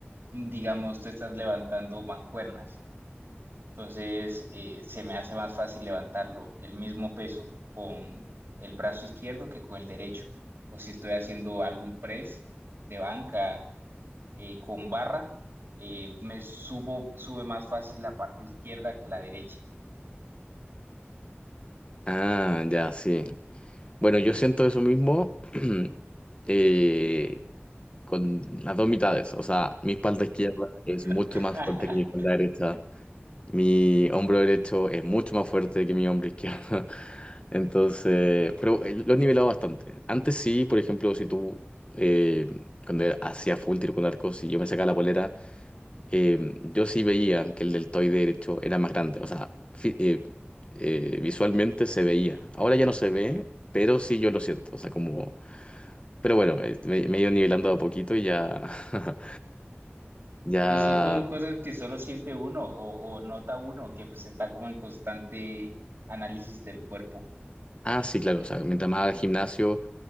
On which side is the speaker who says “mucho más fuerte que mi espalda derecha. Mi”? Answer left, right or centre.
Left